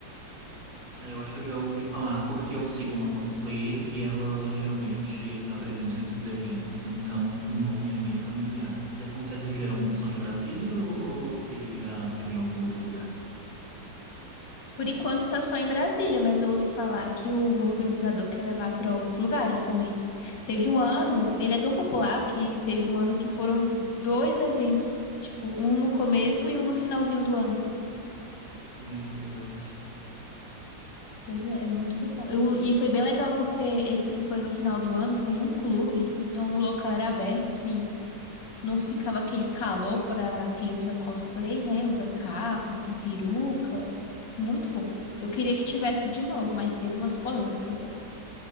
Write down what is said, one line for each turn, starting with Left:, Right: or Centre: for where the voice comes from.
Right: Ah, eu acho que eu já ouvi falar, porque eu sigo uma cosplayer e ela geralmente está presente nesses eventos, então o nome é bem familiar. Ele acontece geralmente só em Brasília ou ele já teve em algum outro lugar?
Left: Por enquanto tá só em Brasília, mas eu ouvi falar que o organizador quer levar para outros lugares também. Teve um ano, ele é tão popular que teve um ano que foram dois eventos, tipo, um no começo e um no finalzinho do ano.
Right: Meu Deus,
Left: Mas é, é muito bom. Eu- e foi bem legal porque esse que foi no final do ano foi em um clube, então o local era aberto, assim, não ficava aquele calor para quem usa cosplay, né? Usa capa, assim, peruca. Muito bom. Eu queria que tivesse de novo, mas teve umas polêmicas lá.